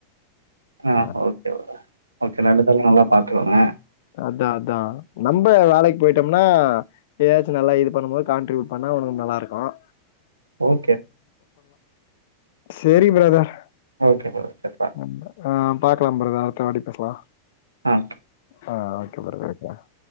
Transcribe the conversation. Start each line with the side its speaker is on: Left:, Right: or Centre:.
Right: ஆ
Left: அ
Right: ஓகே ப்ரோ ஓகே ரெண்டு பேருமே நல்லா பாத்துகோங்க.
Left: அதா அதா நம்ப வேலைக்கு போயிட்டோம்னா ஏ ஆச் நல்லா இது பண்ணும் போது காான்ட்ரிபூ பண்ணா உனக்கு நல்லா இருக்கும்.
Right: ஓகே,
Left: செரி பிரதர்
Right: ஓகே பிரதர் செரிப்பா
Left: அந்த ஆ பாக்லா ப்ரோ அடுத்த வாட்டி பேஸ்லா
Right: ஆ கே
Left: ஆ ஓகே பிரதர் <unintelligible>